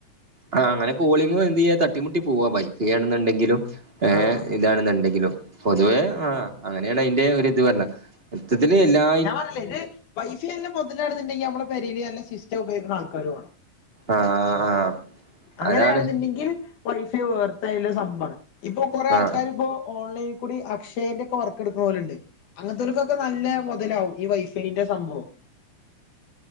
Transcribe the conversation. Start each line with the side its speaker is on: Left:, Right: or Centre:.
Right: ആ അങ്ങനെ കോളിങ് എന്ത് ചെയ്യാ ബുദ്ധിമുട്ടി പോവാ വൈഫൈ യാണെന്നുണ്ടെങ്കിലും ഏഹ്
Left: ആഹ്
Right: ഇതാണെന്നുണ്ടെങ്കിലും പൊതുവേ ആഹ് അങ്ങനെയാണ് അതിന്റെ ഒരു ഇത് വന്നെ മോത്തത്തില് എല്ലാ-
Left: ഞാൻ പറഞ്ഞേ ഇത് വൈഫൈല്ലാം മുതലാണെന്നുണ്ടെങ്കി നമ്മള് പൊരയില്ല് സിസ്റ്റം ഉപയോഗിക്കുന്ന ആൾക്കാരുവോണം
Right: ആഹ് ആഹ് ആഹ്
Left: അങ്ങനെയാണെന്നുണ്ടെങ്കിൽ
Right: അതാണ്
Left: വൈഫൈ വേർത്തായ സംഭമാണ് ഇപ്പൊ കൊറേ ആൾക്കാർ
Right: ആഹ്
Left: ഇപ്പോ ഓൺലൈൻ കൂടി അക്ഷയന്റെ ഒക്കെ വർക്ക് എടുക്കുന്ന പോലെ ഉണ്ട് അങ്ങനത്തെവർക്കൊക്കെ നല്ല മുതലാവും ഈ വൈഫൈന്റെ സംഭവം